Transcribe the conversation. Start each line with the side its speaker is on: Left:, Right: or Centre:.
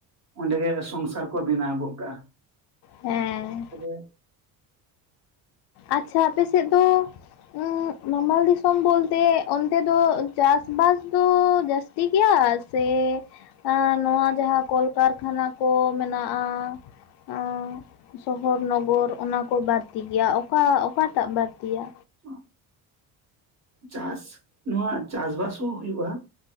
Right: ᱚᱸᱰᱮ ᱜᱮ ᱥᱚᱝᱥᱟᱨ ᱠᱚ ᱵᱮᱱᱟᱣ ᱜᱚᱫ ᱠᱟᱜᱼᱟ᱾
Left: ᱦᱮᱸ᱾
Right: ᱚᱱᱠᱟᱜᱮ
Left: ᱟᱪᱪᱷᱟ ᱟᱯᱮ ᱥᱮᱫ ᱫᱚ ᱩᱸᱜ ᱱᱟᱢᱟᱞ ᱫᱤᱥᱚᱢ ᱵᱚᱞᱛᱮ ᱚᱱᱛᱮ ᱫᱚ ᱪᱟᱥ ᱵᱟᱥ ᱫᱚ ᱡᱟᱹᱥ ᱛᱤ ᱜᱮᱭᱟ ᱥᱮ ᱟᱸ ᱱᱚᱣᱟ ᱡᱟᱦᱟᱸ ᱠᱚᱞ ᱠᱟᱨᱠᱷᱟᱱᱟ ᱠᱚ ᱢᱮᱱᱟᱜᱼᱟ ᱩᱸ ᱥᱚᱦᱚᱨ ᱱᱚᱜᱚᱨ ᱚᱱᱟᱠᱚ ᱵᱟᱹᱲᱛᱤ ᱜᱮᱭᱟ ᱚᱠᱟ ᱚᱠᱟᱴᱟᱜ ᱵᱟᱹᱲᱛᱤᱭᱟ?
Right: ᱚ᱾ ᱪᱟᱥ ᱱᱚᱣᱟ ᱪᱟᱥᱵᱟᱥ ᱦᱚᱸ ᱦᱩᱭᱩᱜᱼᱟ᱾